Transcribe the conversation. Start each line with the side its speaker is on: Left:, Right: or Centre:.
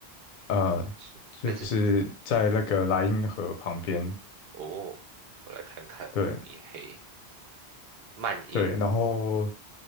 Left: 呃，
Right: 是还是？
Left: 就是在那个莱茵河旁边。
Right: 哦，我来看看慕尼黑、
Left: 对，
Right: 曼因。
Left: 对，然后